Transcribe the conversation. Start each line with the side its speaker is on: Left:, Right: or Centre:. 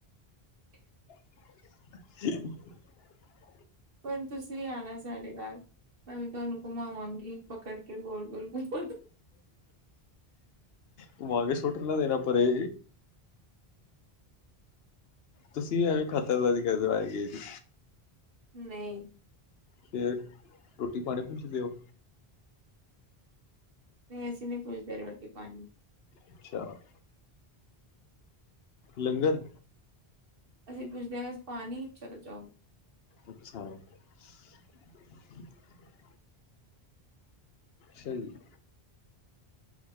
Right: <unintelligible>
Left: <inaudible>
Right: ਹੁਣ ਤੁਸੀਂ ਵੀ ਆਉਣਾ ਸਾਡੇ ਘਰ ਮੈਂ ਵੀ ਤੁਹਾਨੂੰ ਘੁਮਾਵਾਂਗੀ ਪਕੜ ਕੇ ਗੋਲ ਗੋਲ ਘੁਮੋ
Left: ਭੁਆਂ ਕੇ ਸੁੱਟ ਨਾ ਦੇਣਾ ਦੇਣਾ ਪਰੇ ਤੁਸੀਂ ਐਵੇਂ ਖਤਰਵਾਦੀ <inaudible> ਕਦੋ ਆਏ ਗ ਜ
Right: ਨਹੀਂ-
Left: ਫਿਰ ਰੋਟੀ ਪਾਣੀ ਪੁੱਛਦੇ ਓ।
Right: ਨਹੀਂ ਐਸੀ ਨਹੀਂ ਪੂਛਦੇ ਰੋਟੀ ਪਾਣੀ
Left: ਅੱਛਾ- ਲੰਗਰ-
Right: ਅਸੀਂ ਪੁੱਛਦੇ ਹਾਂ- ਪਾਣੀ ਚੱਲ ਜਾਓ
Left: ਅੱਛਾ <unintelligible> ਸਹੀ-